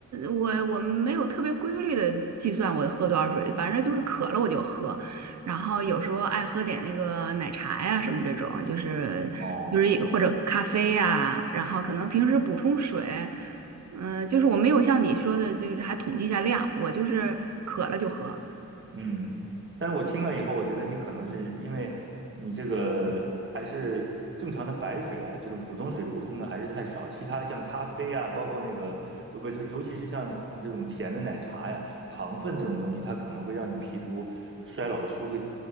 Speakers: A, on the right (about 65°); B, on the right (about 40°).
A: 我我没有特别规律的计算我喝多少水，反正就是渴了我就喝，然后有时候爱喝点那个奶茶呀什么这种，就是就是或者咖啡呀，
B: 哦。
A: 然后可能平时补充水，嗯、就是我没有像你说的，就是还统计一下量，我就是渴了就喝。
B: 嗯，但是我听了以后，我觉得你可能是因为你这个还是正常的白水啊，这种普通水补充的还是太少。其他的像咖啡啊，包括那个不不，就尤其是像这种甜的奶茶呀，糖分这种东西，它可能会让你皮肤衰老的速度会